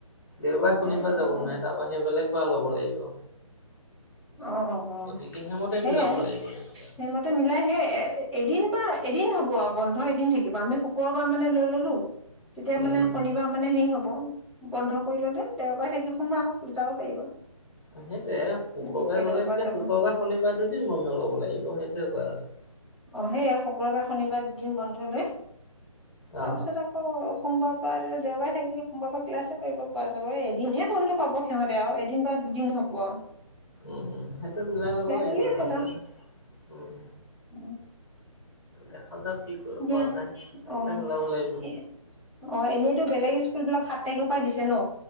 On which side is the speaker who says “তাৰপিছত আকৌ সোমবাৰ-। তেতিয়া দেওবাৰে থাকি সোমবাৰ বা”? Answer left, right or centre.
Centre